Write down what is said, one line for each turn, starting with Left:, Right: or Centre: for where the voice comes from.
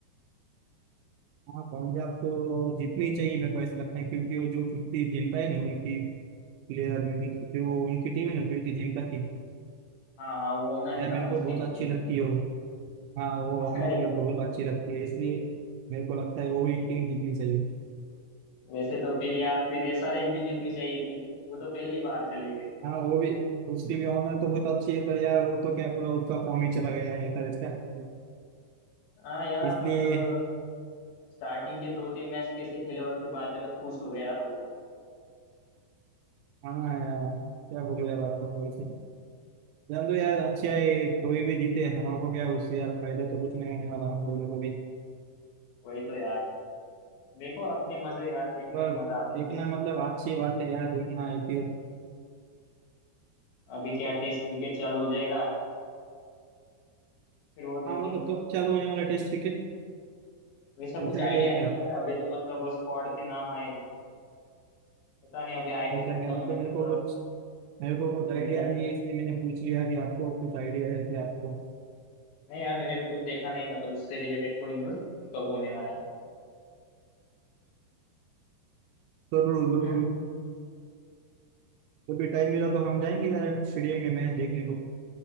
Right: हाँ पंजाब तो जीतनी चाहिए मेरे को ऐसा लगता है क्योंकि वो जो कीर्ति जिंटा है ना उनकी प्लेयर में जो उनकी टीम है ना कीर्ति जिंटा की
Left: हाँ हाँ वो ओनर
Right: यार
Left: है ना
Right: मेरे को
Left: उस
Right: बहुत
Left: टीम
Right: अच्छी
Left: की
Right: लगती है वो हाँ वो
Left: <laughs>
Right: अमर
Left: अरे
Right: मेरे को बहुत अच्छी लगती है इसलिए मेरे को लगता है वो ही टीम जीतनी चाहिए
Left: वैसे तो फिर यार फिर एसआरएच भी जीतनी चाहिए थी वो तो पहले ही बाहर चली गई
Right: हाँ वो भी उसकी भी ऑनर तो बहुत अच्छी है पर यार वो तो क्या पूरा उसका फॉर्म ही चला गया है ऐसा लगता है
Left: हाँ यार
Right: इसलिए
Left: मतलब स्टार्टिंग के दो तीन मैच कैसे खेले और फिर बाद में तो खुश हो गए यार वो लोग
Right: हाँ यार क्या बोलूँ यार आपको हम वैसे जान दो यार अच्छा है कोई भी जीते हमारे को क्या उससे यार फायदा तो कुछ नहीं होने वाला हम दोनों को भी
Left: वही तो यार देखो अपने मजे यार देखने
Right: पर
Left: में मजा आता
Right: देखना
Left: है बस
Right: मतलब अच्छी बात है यार देखना आईपीएल
Left: अभी क्या टेस्ट विकेट चालू हो जाएगा फिर वो देखेंगे
Right: हाँ मतलब कब चालू होने वाला टेस्ट क्रिकेट
Left: वैसा कुछ
Right: कुछ
Left: आइडिया
Right: आइडिया है
Left: नहीं
Right: क्या आपको
Left: यार अभी तो मतलब स्क्वाड के नाम आए हैं। पता नहीं अभी आईपीएल
Right: जैसा
Left: खत्म
Right: क्या मतलब
Left: होने
Right: मेरे
Left: तक
Right: को
Left: तो
Right: कुछ मेरे को कुछ आइडिया
Left: इंतजार
Right: नहीं है इसलिए मैंने पूछ लिया कि आपको कुछ आइडिया है क्या आपको
Left: नहीं यार मैंने भी कुछ देखा नहीं मतलब उससे रिलेटेड कोई न्यूज कब होने वाला
Right: जरूर जरूर
Left: है <clears throat>
Right: कभी टाइम मिला तो हम जाएंगे यार स्टेडियम में मैच देखने को